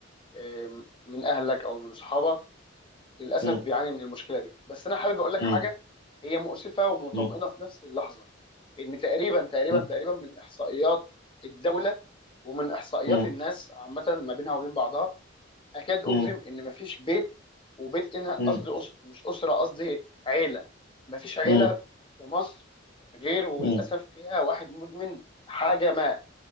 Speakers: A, on the left (about 25°); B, on the left (about 45°).
A: آه، من أهلك أو من صحابك للأسف
B: م-
A: بيعاني من المشكلة دي بس أنا حابب أقول لك
B: م-
A: حاجة هي مؤسفة ومطمئنة
B: م-
A: في نفس اللحظة إن تقريبا تقريبا
B: م-
A: تقريبا من إحصائيات الدولة ومن إحصائيات
B: م-
A: الناس عامة ما بينها وبين بعضها اكاد اجزم
B: م-
A: ان مفيش بيت وبيت هنا قصدي
B: م-
A: أس... مش اسره قصدي عيله مفيش عيله
B: م-
A: في مصر غير وللاسف
B: م- م-
A: فيها واحد مدمن حاجه ما